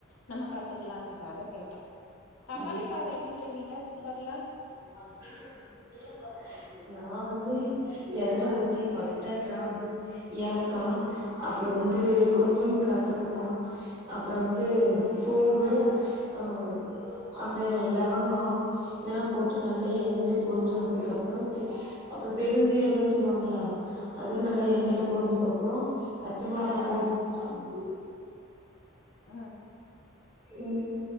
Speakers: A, on the left; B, on the right.
A: நம்ம கத்துக்கலான்துக்காக கேட்டே தக்காளி
B: ஓகே
A: சாதோ எப்டி செய்வீங்க குக்கர்ல
B: ஓ ஜிம்மு ரெண்டு சே நா வந்து எண்ணெ ஊத்தி பட்ட க்ராம்பு ஏலக்கா அப் ப்றோ வந்து கொஞ்சுண்டு கசகசா அப்றோ வந்து சோம்பு அ அ அந்த லவங்கோ இதெல்லா போட்டு நல்லா எண்ணெயிலே பொரிஞ்சு வந்ததுக்கப்றோ சு அப்றோ பெருஞ்சீரகோன் சொல்லுவாங்லா அதுவூ நல்லா
A: ம்
B: எண்ணெயில பொரிஞ்சுக்கப்றோ பச்ச மெளகா போட் அய்யிய்யோ
A: அ
B: ம்